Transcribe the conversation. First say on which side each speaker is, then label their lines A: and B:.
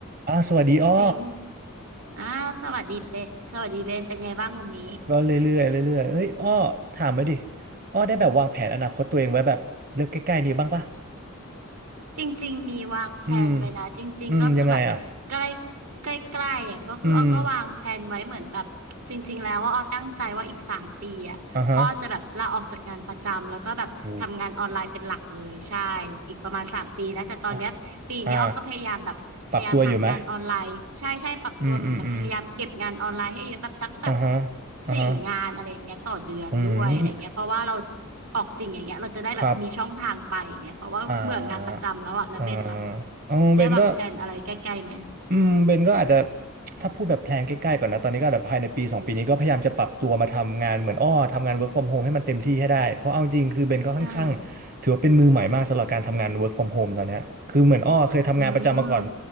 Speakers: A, on the right; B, on the right.
A: อ๋อสวัสดีอ้อ
B: เป็นอ้าสวัสดีเปะสวัสดีเบนเป็นไงบ้างวันนี้
A: ก็เรื่อยๆเรื่อยๆเอ้ยอ้อถามมาดิอ้อได้แบบวางแผนอนาคตตัวเองไว้แบบเร็วใกล้ๆนี้บ้างปะ
B: จริงๆมีวางแพลนไว้นะจริงๆก็คือแบบใกล้
A: อืมอืมยังไงอ่ะ
B: ใกล้ใกล้ๆอ่ะก็คืออ้อก็วางแพลนไว้เหมือนแบบจริงๆแล้วว่าอ้อตั้งใจว่าอีกสามปีอ่ะอ้อจะแบบลาออกจากงานประจำแล้วก็แบบทำงานออนไลน์เป็นหลักเลยใช่
A: อืมอ่าฮะโอ้
B: อีกประมาณสามปีนะแต่ตอนเนี้ยปีเนี้ยอ้อก็พยายามแบบพยายามหางานออนไลน์ใช่ใช่ปรับตัวเหมือนแบบพยายามเก็บงานออนไล์ให้เยอะแบบสักแบบ
A: อ่ะอ่าปรับตัวอยู่ไหมอืมอืมอืมอ่าฮะอ่าฮะ
B: สี่งานอะไรอย่างเงี้ยต่อเดือนด้วยอะไรเงี้ยเพราะว่าเรา
A: อืม
B: ออกจริงอย่างเงี้ยเราจะได้แบบมีช่องทางไปไงเพราะว่าเบื่องานประจำแล้วอะแล้วเบนล่ะ
A: ครับอ่าอ่าเอาเบนก็
B: ได้วางแผนอะไรใกล้ๆไหม
A: อืมเบนก็อาจจะถ้าพูดแบบแพลนใกล้ๆก่อนนะตอนนี้ก็อาจจะภายในปีสองปีนี้ก็พยายามจะปรับตัวมาทำงานเหมือนอ้อทำงาน work from home ให้มันเต็มที่ให้ได้เพราะเอาจริงคือเบนก็ค่อนข้าง
B: อ่า
A: ถือว่าเป็นมือใหม่มากสำหรับการทำงาน work from home ตอนเนี้ยคือเหมือนอ้อเคยทำงานประจำมาก่อน
B: อืม